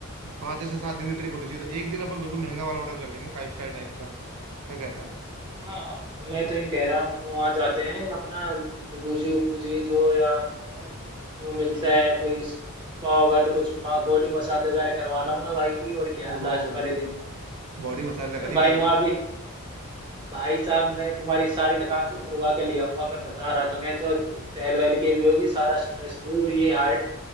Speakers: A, on the right; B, on the right.
A: पाँच से सात दिन की ट्रिप होनी चाहिए तो एक दिन अपन बिल्कुल महंगा वाला ऑर्डर कर लेंगे फाइव स्टार टाइप का क्या कहता है
B: हाँ मैं तो यूँ कह रहा हूँ वहां जाते हैं अपना जो गुजी गुजी जो या जो मिलता है कोई स्पा होगा तो कुछ बॉडी मसाज वगैरह करवा लाऊंगा भाई की और क्या
A: ओहो
B: लास्ट वाले दिन
A: बॉडी मसाज लगा रही
B: भाई
A: भाई
B: वहां
A: को
B: भी भाई साहब मैं तुम्हारी सारी थकान उतरवा के ले आऊंगा मैं बता रहा था मैं जो टहल वहल के भी होगी सारा स्ट्रेस दूर ये हार्ट